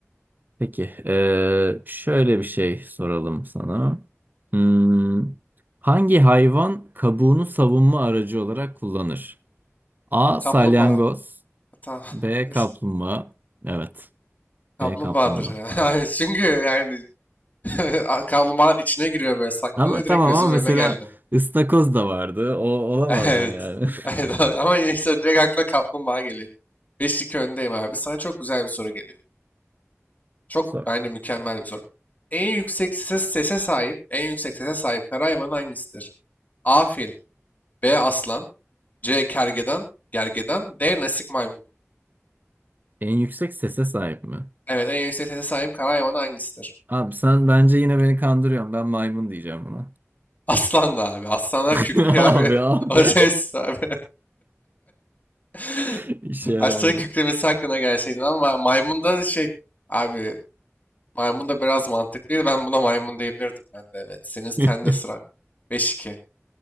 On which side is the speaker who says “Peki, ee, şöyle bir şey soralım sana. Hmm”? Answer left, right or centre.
Right